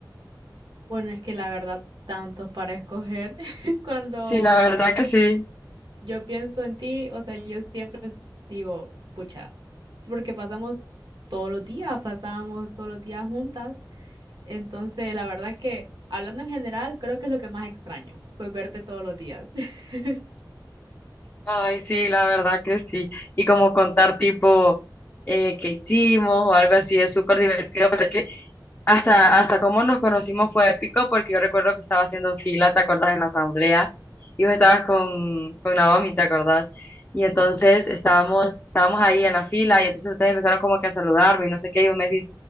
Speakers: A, on the right; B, on the left.
A: Bueno, es que la verdad, tantos para escoger. <laughs> Cuando
B: Sí, la verdad que sí.
A: yo pienso en ti, o sea, yo siempre es- digo, pucha, porque pasamos todos los días, pasábamos todos los días juntas. Entonces, la verdad que, hablando en general, creo que es lo que más extraño, pues verte todos los días. <laughs>
B: Ay, sí, la verdad que sí. Y como contar tipo eh, qué hicimos o algo así es súper divertido, hasta, hasta cómo nos conocimos fue épico porque yo recuerdo que estaba haciendo fila, ¿te acordás? En la asamblea y vos estabas con, con Naomi, ¿te acordás? Y entonces estábamos, estábamos ahí en la fila y entonces ustedes empezaron como que a saludarme y no sé qué, y vos me decís,